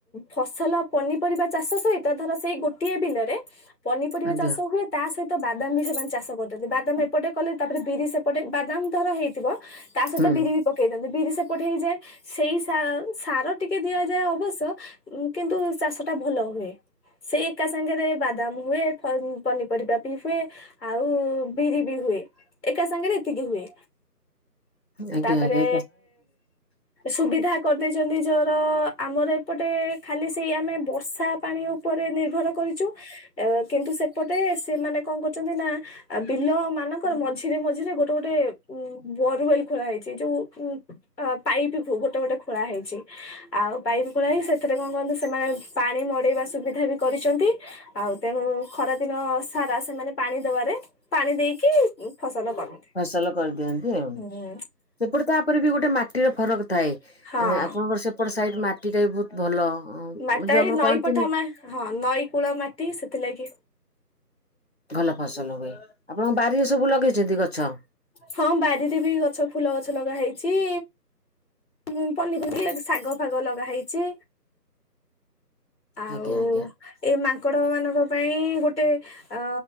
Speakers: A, on the left; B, on the left.
A: ଫସଲ, ପନିପରିବା ଚାଷ ସହିତ ଧର ସେଇ ଗୋଟିଏ ବିଲରେ ପନିପରିବା
B: ଆଜ୍ଞା।
A: ଚାଷ ହୁଏ, ତା ସହିତ ବାଦାମ ବି ସେମାନେ ଚାଷ କରୁଚନ୍ତି। ବାଦାମ ଏପଟେ କଲେ ତାପରେ ବିରି ସେପଟେ। ବାଦାମ ଧର ହେଇଥିବ, ତା ସହିତ
B: ହୁଁ
A: ବିରି ବି ପକେଇ ଦିଅନ୍ତି। ବିରି ସେପଟେ ହେଇଯାଏ। ସେଇ ସା-ସାର ଟିକେ ଦିଆଯାଏ ଅବଶ୍ୟ କିନ୍ତୁ ଚାଷଟା ଭଲ ଲ ହୁଏ। ସେଇ ଏକା ସାଙ୍ଗରେ ବାଦାମ ହୁଏ, ପ-ପନିପରିବା ବି ହୁଏ, ଆଉ ବିରି ବି ହୁ ହୁଏ, ଏକା ସାଙ୍ଗରେ ଏତିକି ହୁଏ।
B: ଆଜ୍ଞା
A: ତାପରେ
B: ଆଜ୍ଞା
A: ସୁବିଧା କରିଦେଇଚ ଚନ୍ତି ଜର ଆମର ଏପଟେ ଖାଲି ସେଇ ଆମେ ବର୍ଷା ପାଣି ଉପରେ ନିର୍ଭର କରିଚୁ କିନ୍ତୁ ସେପଟେ ସିଏ ମାନେ କଣ କରୁଚନ୍ତି ନା ବିଲ ମାନଙ୍କର ମଝି ଝିରେ ମଝିରେ ଗୋଟେ ଗୋଟେ ଉଁ ବୋର୍ ୱେଲ୍ ଖୋଳା ହେଇଛି। ଯୋଉ ପାଇପି ଗୋଟେ ଗୋଟେ ଖୋଳା ହେଇଛି ଆଉ ପାଇପ ପାଇପ୍ ଖୋଳା ହେଇକି ସେଥିରେ କଣ କରନ୍ତି, ସେମାନେ ପାଣି ମଡେଇବା ସୁବିଧା ବି କରିଚନ୍ତି ଆଉ ତେଣୁ ଖରାଦି ଦିନ ସାରା, ସେମାନେ ପାଣି ଦବାରେ ପାଣି ଦେଇକି ଫସଲ କରନ୍ତି
B: ଫସଲ କରିଦିଅନ୍ତି ଆଉ।
A: ହୁଁ
B: ସେପଟେ ତାପରେ ବି ଗୋଟେ ମାଟିର ଫରକ ଥାଏ। ଆପଣଙ୍କର
A: ହଁ।
B: ସେପଟ ସାଇଡ଼ ମାଟିଟା ବି ବହୁତ ଭଲ।
A: ମାଟିଟା
B: ଯୋଉ ଆମର
A: ଏଇ ନଈ
B: କହନ୍ତିନି
A: ପଠା ମା ହଁ। ନଈ କୂଳ ମାଟି ସେଥିଲାଗି
B: ଭଲ ଫସଲ ହୁଏ। ଆପଣଙ୍କ ବାରିରେ ସବୁ ଲଗେଇଛନ୍ତି ଗଛ?
A: ହଁ ବାରିରେ ବି ଗଛ ଫୁଲ ଗଛ ଲଗା ହେଇଛି ହୁଁ ପନିପରିବା ଶାଗ ଫାଗ ଲଗା ହେଇଛି ଆଉ
B: ଆଜ୍ଞା ଆଜ୍ଞା।
A: ଏଇ ମାଂ ଙ୍କଡ଼ ମାନଙ୍କ ପାଇଁ ଗୋଟେ ଅ